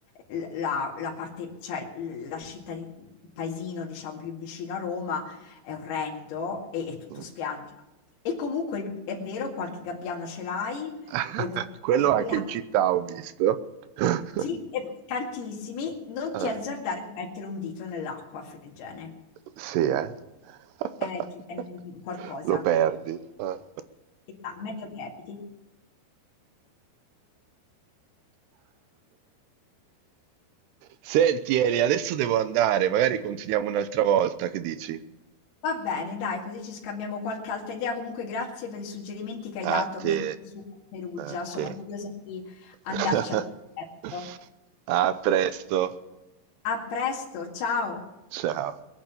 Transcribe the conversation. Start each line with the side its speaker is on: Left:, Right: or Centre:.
Left: l- la, la parte, cioè l- la città, il paesino diciamo più vicino a Roma è orrendo e è tutto
Right: Mm.
Left: spiaggia. E comunque il- è vero, qualche gabbiano ce l'hai,
Right: <laughs>
Left: o due
Right: Quello
Left: calcolare.
Right: anche in città ho visto. <laughs>
Left: Sì, e tantissimi, non ti
Right: Eh.
Left: azzardare a mettere un dito nell'acqua friggene.
Right: Sì, eh? <laughs>
Left: Eh, ti viene un- qualcosa.
Right: Lo perdi. Eh.
Left: Ah, meglio eviti.
Right: Senti, Eli, adesso devo andare, magari continuiamo un'altra volta, che dici?
Left: Va bene, dai, così ci scambiamo qualche altra idea. Comunque, grazie per i suggerimenti che hai dato,
Right: A te,
Left: mi hai dato su Perugia.
Right: a
Left: Sono
Right: te.
Left: curiosa di andarci
Right: <laughs>
Left: al presto.
Right: A presto.
Left: A presto, ciao!
Right: Ciao.